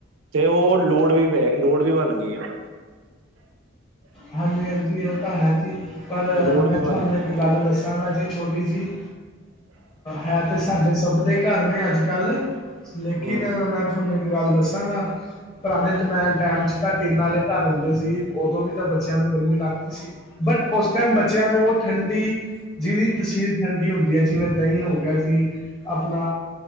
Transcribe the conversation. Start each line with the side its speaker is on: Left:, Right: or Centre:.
Right: ਤੇ ਉਹ ਲੋੜ ਵੀ ਵੇ, ਲੋੜ ਵੀ ਬਣ ਗਈ ਆ।
Left: ਹਾਂਜੀ ਹਾਂਜੀ ਉਹ ਤਾਂ ਹੈ ਜੀ, ਪਰ
Right: ਲੋੜ
Left: ਮੈਂ
Right: ਵੀ ਬਣ
Left: ਤੁਹਾਨੂੰ
Right: ਗਈ
Left: ਇੱਕ ਗੱਲ ਦੱਸ <unintelligible> ਗਾ ਜੀ ਛੋਟੀ ਜੀ, ਹੈ ਤੇ ਸਾਡੇ ਸਭ ਦੇ ਘਰ ਨੇ ਅੱਜ ਕੱਲ੍ਹ ਲੇਕਿਨ
Right: ਹਮ
Left: ਮੈਂ ਤੁਹਾਨੂੰ ਇੱਕ ਗੱਲ ਦੱਸਾਂਗਾ, ਪੁਰਾਣੇ ਜਮੇਨ ਟਾਈਮ 'ਚ ਤੁਹਾਡੀ ਨਾਲੇ ਘਰ ਹੁੰਦੇ ਸੀ, ਉਦੋਂ ਵੀ ਤਾਂ ਬੱਚਿਆਂ ਨੂੰ ਗਰਮੀ ਲੱਗਦੀ ਸੀ, ਬਟ ਉਸ ਟਾਈਮ ਬੱਚਿਆਂ ਨੂੰ ਉਹ ਠੰਡੀ ਜਿਹਦੀ ਤਸੀਰ ਠੰਡੀ ਹੁੰਦੀ ਹੈ, ਜਿਵੇਂ ਦਹੀਂ ਹੋ ਗਿਆ ਜੀ ਆਪਣਾ